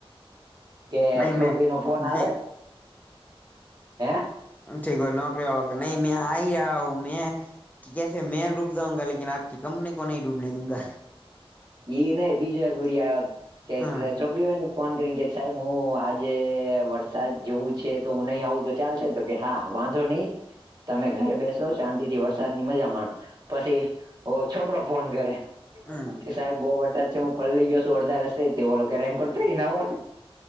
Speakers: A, on the right (about 45°); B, on the left (about 15°).
A: કે
B: નહી
A: છોકરી
B: મેં
A: નો ફોન આવે
B: નહી
A: હે
B: ઠીક નોકરી વાળ કે નઈ મેં આઈ આ હું મેં કે કેસે મેં ડૂબ જઉંગા લકન આપની કંપની કો નહી ડૂબને દુંંગા
A: એ નહ બીજો અઘબરીયો
B: હ
A: છોકરીઓની ફોન કરી કે સાહેબ હું આજે વરસાદ જેવું છે તો હું નહી આવું ચાલશે તો કે હા વાંધો નહી તમે ઘરે બેસો શાંતિ થી વરસાદની મજા માણો પછી ઓ છોકરો ફોન કરે
B: હમ
A: કે સાહેબ બહુ વરસાદ છે હું પલલી ગયો છું અડધાસ તેો રેનકોટ કરીરીને હો